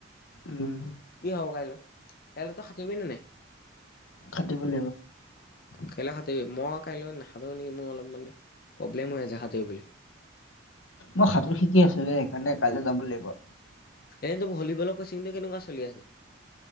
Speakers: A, on the left (about 75°); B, on the left (about 50°).
A: উম
B: কি হব কাইলৈ? কাইলৈ তই সাঁতুৰিবি নে নাই?
A: সাঁতুৰিব লাগিব।
B: কাইলৈ সাঁতুৰিব মই কাইলৈ নাসাঁতুৰো নেকি মোৰ অলপ মানে প্ৰব্লেম হৈ আছে সাঁতুৰিবলৈ।
A: মই সাঁতোৰ শিকি আছোঁ যে সেইকাৰণে কাইলৈ যাব লাগিব।
B: এ তো ভলীবলৰ কচিংটো কেনেকুৱা চলি আছে?